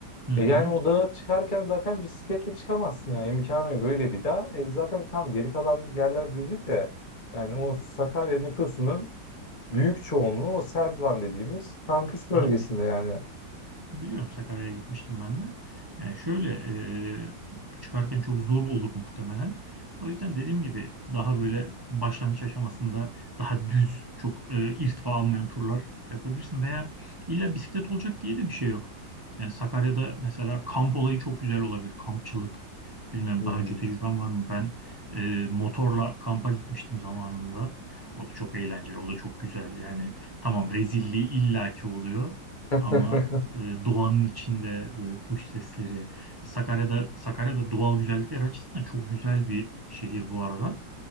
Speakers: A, on the right; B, on the left.
A: Hı hı.
B: E, yani o dağa çıkarken zaten bisikletle çıkamazsın ya. imkanı yok öyle bir dağ. E, zaten tam geri kalan yerler düzlük de yani o Sakarya nüfusunun büyük çoğunluğu o Serdivan dediğimiz kampüs bölgesinde
A: Ha,
B: yani.
A: Biliyorum Sakarya'ya gitmiştim ben de. Yani şöyle e, çıkarken çok zor olur muhtemelen. O yüzden dediğim gibi daha böyle başlangıç aşamasında daha düz, çok e, irtifa almayan turlar yapabilirsin. Veya illa bisiklet olacak diye de bir şey yok. Yani Sakarya'da mesela kamp olayı çok güzel olabilir. Kampçılık. Bilmiyorum
B: Hmm.
A: daha önce tecrüben var mı? Ben e, motorla kampa gitmiştim zamanında. O da çok eğlenceli, o da çok güzel. Yani tamam rezilliği illaki oluyor.
B: <laughs>
A: Ama e, doğanın içinde böyle kuş sesleri. Sakarya'da Sakarya'da doğal güzellikler açısından çok güzel bir şehir bu arada.